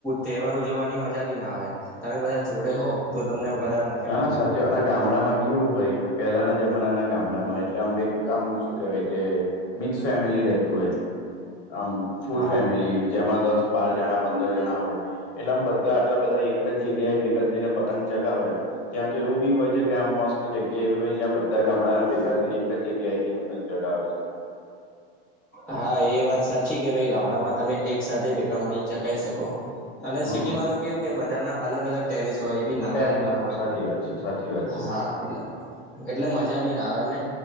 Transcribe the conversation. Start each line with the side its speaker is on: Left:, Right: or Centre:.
Centre: તહેવાર ઉજવવાની મજા બી ના આવે તમે બધા જોડે હો તો તમને વધારે. મજા
Left: ના
Centre: આવે
Left: ના સા ના ગામડામાં કેવું હોય પહેલાના જમાનાના ગામડામાં એટલે આમ એક આમ શું કેવાય કે મિક્સ ફેમિલી રતું હોય આમ ફૂલ
Centre: હા
Left: ફેમિલી જેમાં દસ. બાર જણા પંદર જણા હોય એટલામ બધા આટલા બધા એક જ જગ્યાએ ભેગા થઈને પતંગ ચગાવે. ત્યાં તો એવું બી હોય છે કે આમ મસ્ત જગ્યા એવી હોય જ્યાં બધા ગામડાના ભેગા થઈને એક જગ્યાએ હતી. પત ચગાવ છે.
Centre: હા એ વાત સાચી કે ભાઈ ગામડામાં તમે એક સાથે ભેગા મળીને ચકાી શકો. અને
Left: હમ
Centre: સિટી માં તો કેવું કે બધાના અલગ અલગ ટેરસ હોય એ બી નાના
Left: સારી
Centre: નાના હોય
Left: સાચી વાત છે સાચી વાત છે
Centre: હા. એટલે એટલે મજા બી ના આવે ને